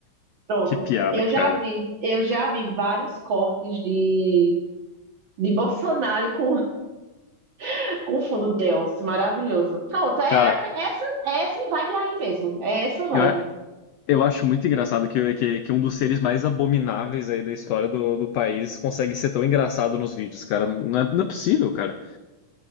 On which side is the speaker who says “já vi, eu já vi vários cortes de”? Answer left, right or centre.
Right